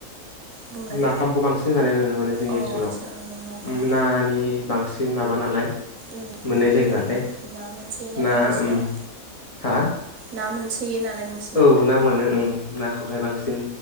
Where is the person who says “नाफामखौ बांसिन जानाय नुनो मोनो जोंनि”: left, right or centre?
Left